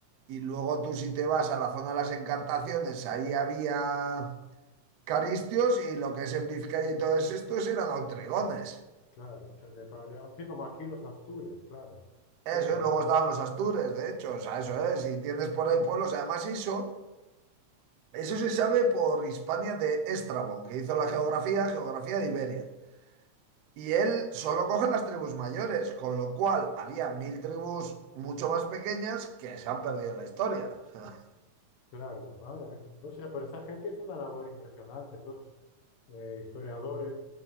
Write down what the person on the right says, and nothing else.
Y luego tú si te vas a la zona de las encartaciones, ahí había caristios y lo que es en Vizcaya y todo estos eran autrigones.
Eso
es,
luego estaban los astures, de hecho, o sea, eso es. Y tienes por ahí pueblos, además eso. Eso se sabe por Hispania de Estrabón, que hizo la geografía, geografía de Iberia. Y él solo coge las tribus mayores, con lo cual había mil tribus mucho más pequeñas que se han perdido en la historia. <laughs>